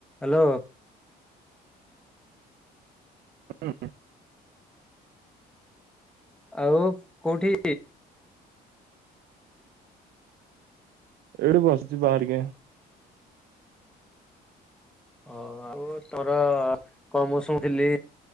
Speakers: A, in the centre; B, on the right.
A: Hello.
B: <inaudible>
A: ଆଉ କୋଉଠି?
B: ଏଇଠି ବସିଚି ବା ଟିକେ।
A: ଓ ଆଉ ତମର କଣ ମୁଁ ଶୁଣିଥିଲି